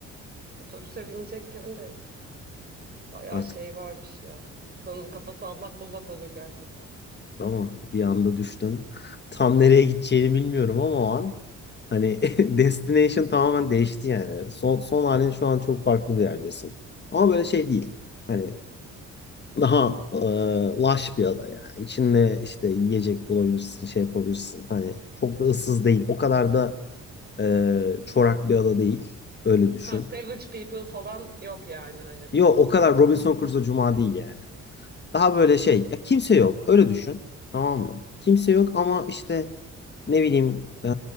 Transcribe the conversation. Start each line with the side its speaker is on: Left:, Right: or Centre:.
Right: otobüse binecekken de bayağı
Left: Artık
Right: şey varmış ya. İnsanın kafası allak bullak olur gerçekten.
Left: ama bir anda düştün. <laughs> Tam nereye gideceğini bilmiyorum ama o an hani <laughs> destination tamamen değişti yani. Son, son halin şu an çok farklı bir yerdesin. Ama böyle şey değil. Hani daha e, laş bir ada yani. İçinde işte yiyecek bulabilirsin, şey yapabilirsin. Hani çok da ıssız değil. O kadar da e, çorak bir ada değil. Öyle düşün.
Right: Ha, Savage People falan yok yani hani.
Left: Yo o kadar Robinson Crusoe Cuma değil yani. Daha böyle şey.
Right: Okey.
Left: Ya kimse yok. Öyle düşün. Tamam mı? Kimse yok ama işte ne bileyim e,